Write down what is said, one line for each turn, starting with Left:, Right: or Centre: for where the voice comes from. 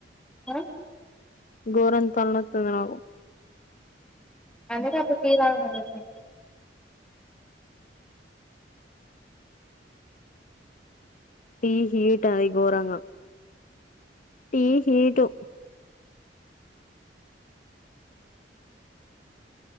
Centre: ఆ
Left: గోరంగా తల నొస్తంది నాకు
Centre: అందుకే అప్పుడు టీ తాగమని చెప్పిన అందుకనే
Left: టీ హీట్ అది గోరంగా టీ హీటు